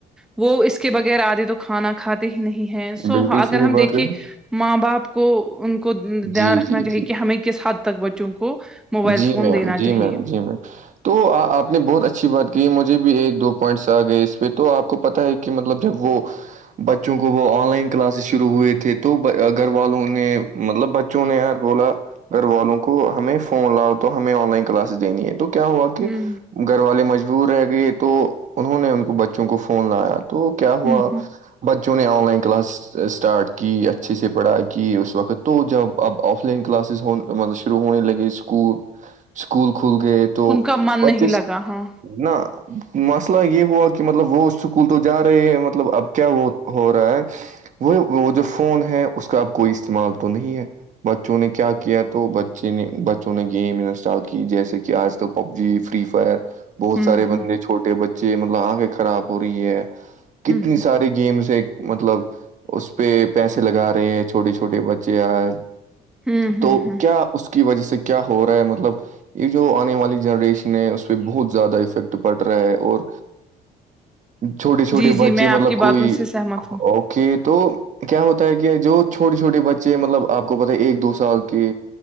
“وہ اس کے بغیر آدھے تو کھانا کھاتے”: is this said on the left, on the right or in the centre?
Centre